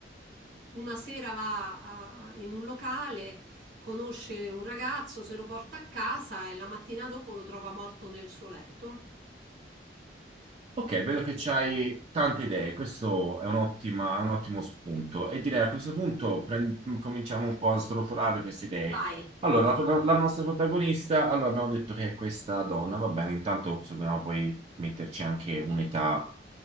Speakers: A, on the right; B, on the right.
A: una sera va a- in un locale, conosce un ragazzo, se lo porta a casa e la mattina dopo lo trova morto nel suo letto.
B: Ok, vedo che c'hai tante idee, questo è un'ottima- un ottimo spunto e direi a questo punto prend- cominciamo un po' a srotolare queste idee.
A: Vai.
B: Allora, la, pro- la nostra protagonista, allora abbiamo detto che è questa donna, va bene, intanto se vogliamo poi metterci anche un'età